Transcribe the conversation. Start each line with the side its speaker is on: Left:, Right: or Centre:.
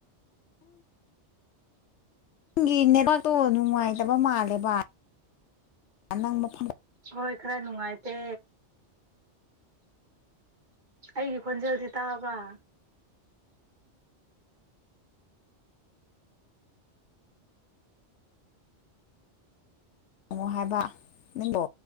Left: ꯅꯪꯒꯤ ꯅꯦꯠꯋꯥꯛꯇꯣ ꯅꯨꯡꯉꯥꯏꯇꯕ ꯃꯥꯜꯂꯦꯕ ꯅꯪ ꯃꯐꯝ
Right: ꯍꯣꯏ ꯈꯔ ꯅꯨꯡꯉꯥꯏꯇꯦ ꯑꯩꯒꯤ ꯈꯣꯟꯖꯦꯜꯁꯤ ꯇꯥꯕ꯭ꯔ
Left: ꯌꯦꯡꯉꯣ ꯍꯥꯏꯕ ꯅꯪꯗꯣ